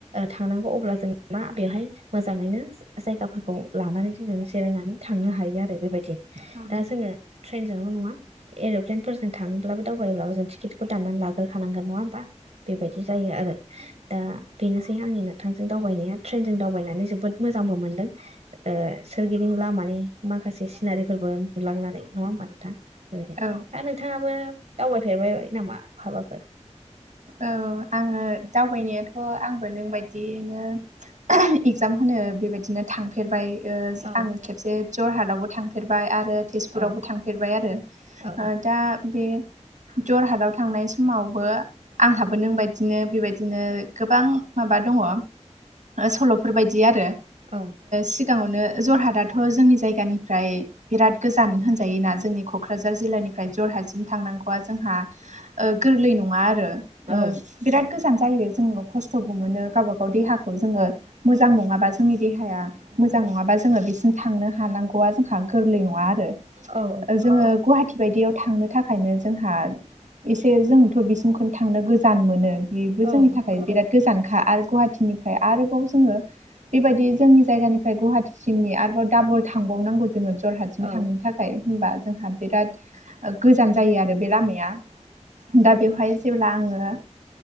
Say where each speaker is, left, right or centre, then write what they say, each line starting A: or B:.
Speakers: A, on the right; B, on the right.
A: थांनांगौ अब्ला जों मा बेवहाय मोजाङैनो जायगाफोरखौ लानानै जोङो जिरायनानै थांनो हायो आरो बेबायदि
B: औ
A: दा जोङो ट्रेनजोंल नङा। एरप्लेनफोरजों थाङोब्लाबो दावबायोब्लाबो जों टिकेटखौ दाननानै लाग्रोखानांगोन नङा होमबा? बेबायदि जायो आरो दा बेनोसै आंनि नोंथांजों दावबायनाया ट्रेनजों दावबायनानै जोबोद मोजांबो मोनदों ओ सोरगिदिं लामानि माखासे सिनारिफोरबो नुलांनानै नङा होमबा नोंथां। बेबायदि
B: औ
A: दा नोंथाङाबो दावबायफेरबाय नामा हाबाफोर
B: औ आङो दावबायनायाथ' आंबो नोंबायायदिनो एगजाम होनो बेबायदिनो थांफेरबाय ओ
A: औ
B: आङो खेबसे जरहाटावबो थांफेरबाय आरो। तेजपुरावबो
A: औ
B: थांफेरबाय आरो
A: औ
B: दा बे जरहाटाव थांनाय समावबो आंहाबो नोंबायदिनो बेबायदिनो गोबां माबा दङ। सल'फोरबायादि आरो
A: औ
B: सिगाङावनो जरहाटाथ' जोंनि जायगानिफ्राय। बिराद गोजान होनजायोना जोंनि क'क्राझार जिल्लानिफ्राय जरहाटसिम थांनांगौआ जोंहा। गोरलै नङा आरो।
A: औ
B: बिराद गोजान जायो जोंङो खस्थ'बो मोनो गावबा गाव देहाखौ जोंङो। मोजां नङाबा जोंनि देहाया मोजां नङाबा जोंङो बेसिम थांनो हानांगौआ जोंहा गोरलै नङा आरो।
A: औ
B: जोंङो गुवाहाटि। बिबायदियाव थांनो थाखायनो जोंहा एसे जोंथ' बिसिमखौनो थांनो गोजान मोनो बेबो
A: औ
B: जोंनि थाखाय
A: नंगौ
B: बिराद गोजानखा आरो गुवाहाटिनिफ्राय आरोबाव जोङो बेबायदि जोंनि जायगानिफ्राय गुवाहाटिसिमनि आरोबाव दाबल थांबावनांगौ जोंङो जरहा। जों
A: औ
B: थांनो थाखाय होनबा जों। हाब बिराद गोजान जायो आरो बे लामाया दा बेवहाय जेब्ला आङो